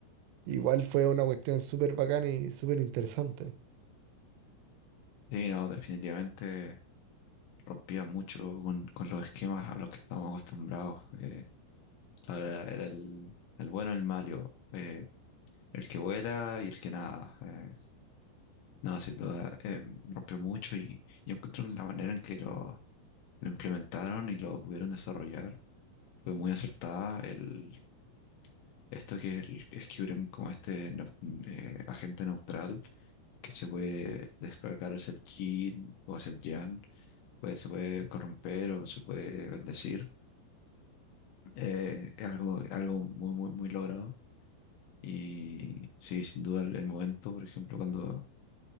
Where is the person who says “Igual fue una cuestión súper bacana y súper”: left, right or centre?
Right